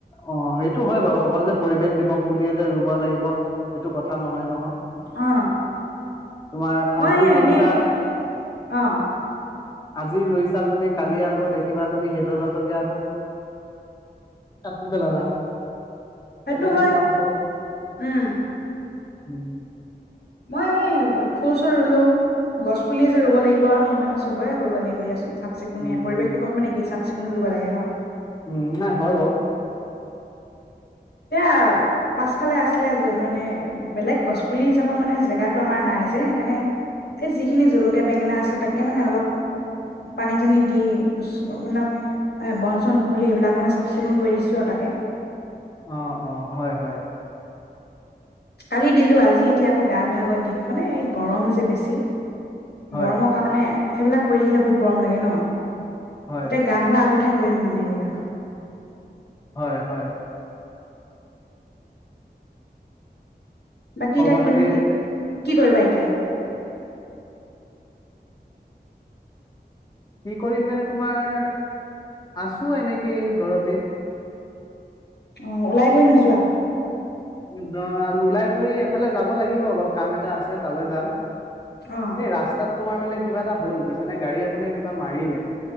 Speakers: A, on the left; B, on the left.
A: অ সেইটো হয় বাৰু অকল যে পৰিৱেশ দিৱস বুলিয়ে যে ৰুব লাগিব সেইটো কথা নহয়। নহয়
B: অ
A: তোমাৰ
B: মই
A: আজি
B: এনেই
A: ৰুইছা
B: আহ
A: আজি ৰুইছা তুমি কালি আকৌ দেখিবা তুমি সেইদুৰ গছকে আকৌ কাটি পেলালা।
B: সেইটো
A: তেনেকেতো
B: হয়
A: নহ'ব
B: উম
A: উম
B: মই এনে ফুল চুল ৰুলো গছ পুলিয়ে যে ৰুব লাগিব নহয় নহ চবৰে কৰিব লাগিব ইয়াচোন চাফ চিকুণে
A: উম
B: পৰিৱেশ
A: উম
B: দিৱস মে কি চা চিকুণ কৰিব লাগে ন
A: উম হা হয় বাৰু
B: এ পাছফালে আছিলে মানে বেলেগ গছপুলি হিচাপত মানে জেগাতটো আমাৰ নাই যে সেইকাৰণে এই যিখিনি জলকীয়া বেঙেনা আছে তাকে মানে অলপ পানী চানী দিু ম বন চন উঘৰি সেইবিলাক মানে চাফ চিকুণ কৰি দিছো আৰু তাকে
A: অ অ হয় হয়
B: কালি দিলোঁ আজি এতিয়া আকৌ গা ধোৱা আগত দিম মানে এই গৰম যে বেছি
A: হয়
B: গৰমৰ কাৰণে সেইবিলাক কৰি দেখিলে বহুত গৰম লাগে ন
A: হয়
B: এতিয়া গা ধোৱা আগতহে কৰিম মানে এইবিলাকত
A: হয় হয়
B: বাকী
A: খবৰ
B: এ তাকে
A: খাতি
B: তুমি কি কৰিবা এতিয়া
A: কি কৰিম মানে তোমাৰ আছো এনেকে ঘৰতে
B: অ ওলাই গৈ নোযোৱা
A: অ ওলাই কৰি এফালে যাব লাগিব বাৰু কাম এটা আছে তালৈ যাম
B: অ
A: এই ৰাস্তাত তোমাৰ মানে কিবা এটা হ'ল বুজিছ নে গাড়ী এখনে কিবা মাৰিলে